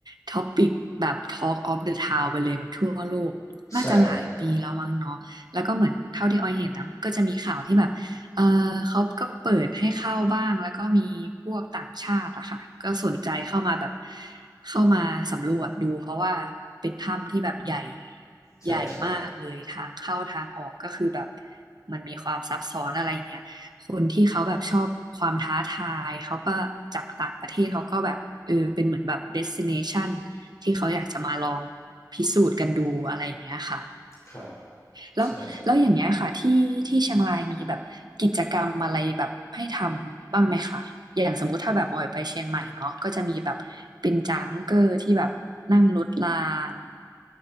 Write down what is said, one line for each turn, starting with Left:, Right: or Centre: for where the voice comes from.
Right: ท็อปิกแบบ Talk of the Town ไปเลยแบบทั่วโลกน่าจะหลายปีแล้วมั้งเนาะแล้วก็เหมือนเท่าที่ออยเห็นนะก็จะมีข่าวที่แบบเออเขาก็เปิดให้เข้าบ้างแล้วก็มีพวกต่างชาติอะค่ะก็สนใจเข้ามาแบบ
Left: ใช่ครับ
Right: เข้ามาสำรวจดูเพราะว่าเป็นถ้ำที่แบบใหญ่
Left: ใช่ใช่
Right: ใหญ่มากเลยทางเข้าทางออกก็คือแบบมันมีความซับซ้อนอะไรอย่างเงี้ย คนที่เขาแบบชอบความท้าทายเขาก็จากต่างประเทศเขาก็แบบเออเป็นเหมือนแบบเดสติเนชันที่เขาอยากจะมาลองพิสูจน์กันดูอะไรอย่างเงี้ยค่ะ
Left: ครับ
Right: แล้วแล้วอย่างเงี้ยค่ะที่ที่เชียงรายมีแบบกิจกรรมอะไรแบบให้ทำบ้างไหมคะอย่างสมมุติถ้าแบบออยไปเชียงใหม่เนาะก็จะมีแบบเป็นจังเกอร์ที่แบบนั่งรถราง
Left: ใช่ใช่ <laughs>